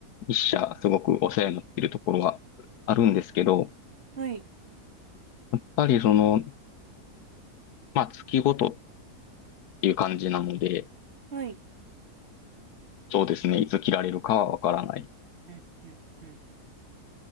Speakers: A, on the left; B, on the right.
A: 一社すごくお世話になっているところはあるんですけど、
B: はい、
A: やっぱりその、まあ月ごとっていう感じなので、
B: はい。
A: そうですね、いつ切られるかはわからない
B: うんうんうん。